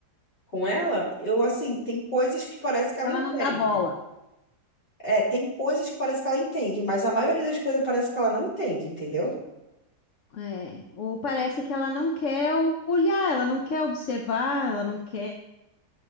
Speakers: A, on the left; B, on the left.
A: com ela, eu, assim, tem coisas que parece que ela
B: Ela
A: entende.
B: não dá bola.
A: É, tem coisas que parece que ela entende, mas a maioria das coisas parece que ela não entende, entendeu?
B: É. Ou parece que ela não quer o- olhar, ela não quer observar, ela não quer.